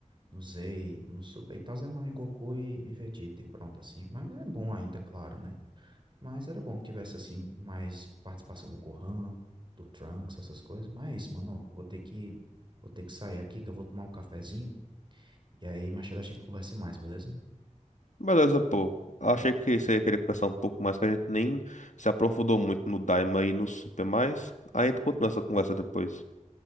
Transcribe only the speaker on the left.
Beleza, pô. Achei que você ia querer conversar um pouco mais, que a gente nem se aprofundou muito no Daima e no Super, mas aí a gente continua essa conversa depois.